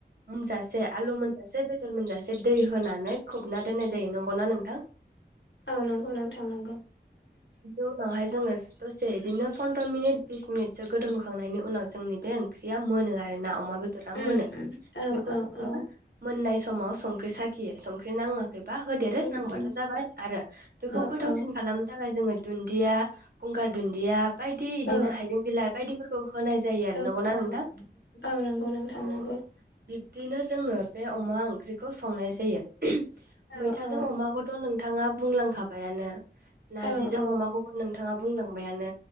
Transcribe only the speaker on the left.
औ नंगौ नोंथां नांगौ
उम
उम औ
औ
औ
उम
उम
औ
औ
औ
औ
औ
औ नंगौ नोंथां
नंगौ
औ
औ
औ औ